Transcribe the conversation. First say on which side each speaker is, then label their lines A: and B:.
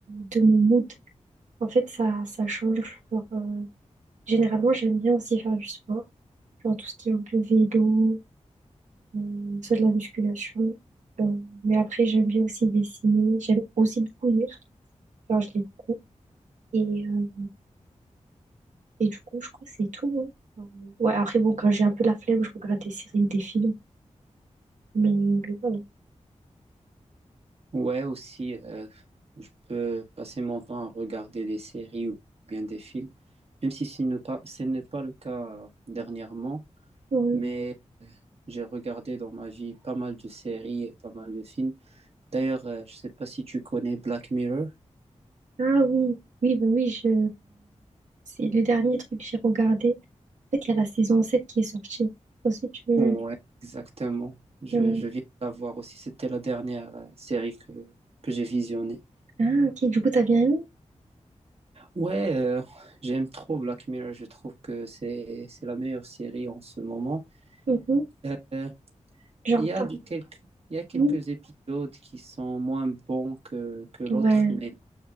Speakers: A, on the right; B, on the right.
A: de mon mood. En fait, ça, ça change. Genre, euh, généralement, j'aime bien aussi faire du sport, genre tout ce qui est un peu vélo. euh, soit de la musculation. Euh, mais après, j'aime bien aussi dessiner. J'aime aussi beaucoup lire. Genre, je lis beaucoup. Et, euh, et du coup, je crois que c'est tout. hein. Enfin, ouais, après, bon, quand j'ai un peu la flemme, je regarde des séries ou des films. Mais, mais voilà.
B: Ouais, aussi, euh, je peux passer mon temps à regarder des séries ou bien des films, même si ce n'est pas, ce n'est pas le cas dernièrement,
A: Ouais.
B: mais euh, j'ai regardé dans ma vie pas mal de séries et pas mal de films. D'ailleurs, euh, je ne sais pas si tu connais Black Mirror.
A: Ah oui, oui, bah oui, je... c'est le dernier truc que j'ai regardé. En fait, il y a la saison 7 qui est sortie. Ensuite, tu... veux-
B: Ouais, exactement. Je,
A: non.
B: je viens de la voir aussi. C'était la dernière euh, série que, que j'ai visionnée.
A: Ah, ok, du coup, t'as bien aimé?
B: Ouais, euh, j'aime trop Black Mirror. Je trouve que c'est, c'est la meilleure série en ce moment.
A: Mhm.
B: Euh,
A: Genre,
B: il y a
A: t'as...
B: de- quelques, il y a quelques
A: oui.
B: épisodes qui sont moins bons que, que l'autre,
A: Ouais.
B: mais,